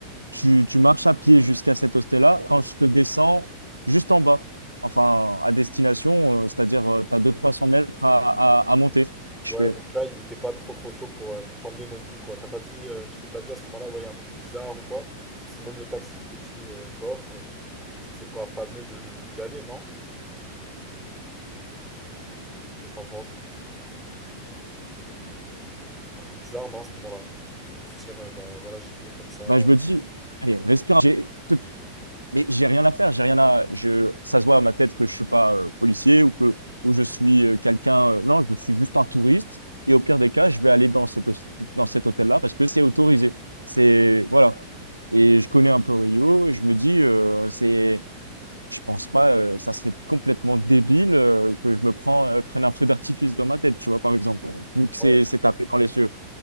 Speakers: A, on the right; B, in the centre.
A: tu, tu marches à pied jusqu'à cet hostel-là quand je te descends juste en bas. Enfin, à destination, euh, c'est-à-dire, tu as deux cents trois cents mètres à, à, à monter. Je
B: Ouais,
A: fais.
B: donc là, il était pas trop trop chaud pour, euh, pour t'emmener non plus, quoi. T'as pas dit, euh, tu t'es pas dit à ce moment-là, ouais, il y a un truc bizarre ou quoi? Parce que si même le taxi, il te dit, euh, bof, euh, c'est que c'est pas fameux de, de- d'y aller, non? Qu'est-ce que t'en penses? Un peu bizarre, non, à ce moment-là? De se dire, euh, bah voilà, j'y vais comme ça.
A: bah, je me dis, allez, respire. J'ai tout- Mais j'ai rien à faire, j'ai rien à. Je, ça se voit à ma tête que je suis pas euh, policier ou que ou je suis euh, quelqu'un. euh, non, je suis juste un touriste. Et au pire des cas, je vais aller dans cette, dans cet hôtel-là parce que c'est autorisé. C'est voilà. Et je connais un peu Rio et je me dis, euh, c'est, je pense pas, euh, ça serait complètement débile euh, que je me prends, euh, prenne un feu d'artifice dans ma tête, tu vois, par exemple, vu que c'est
B: Ouais, tout
A: c'est tapé dans les yeux.